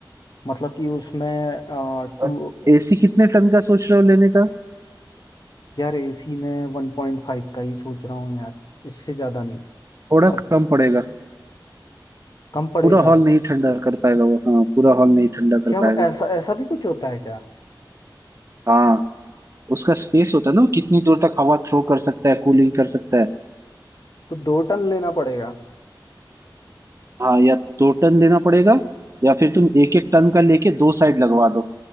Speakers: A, on the left; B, on the right.
A: मतलब कि उसमें आ, टू
B: और एसी कितने टन का सोच रहे हो लेने का
A: यार एसी में वन पॉइंट फाइव का ही सोच रहा हूँ यार इससे ज़्यादा नहीं
B: थोड़ा
A: और
B: कम पड़ेगा
A: कम पड़ेगा
B: पूरा हॉल नहीं ठंडा कर पाएगा वो हाँ पूरा हॉल नहीं ठंडा
A: क्या
B: कर
A: वो
B: पाएगा
A: ऐसा ऐसा भी कुछ होता है क्या
B: हाँ उसका स्पेस होता है ना वो कितनी दूर तक हवा थ्रो कर सकता है कूलिंग कर सकता है
A: तो दो टन लेना पड़ेगा
B: हाँ या दो टन लेना पड़ेगा या फिर तुम एक एक टन का लेके दो साइड लगवा दो